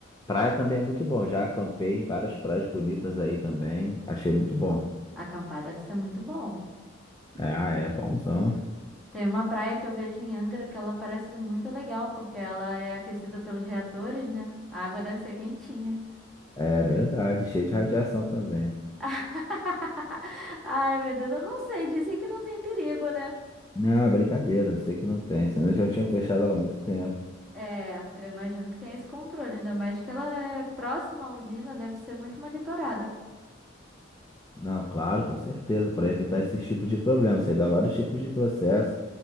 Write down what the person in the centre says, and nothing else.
acampar deve ser muito bom.
Tem uma praia que eu vejo em Angra que ela parece muito legal, porque ela é aquecida pelos reatores, né? A água deve ser quentinha.
<laughs> Ai, meu Deus, eu não sei, dizem que não tem perigo, né?
É, eu imagino que tem esse controle, ainda mais que ela é próxima à usina, deve ser muito monitorada.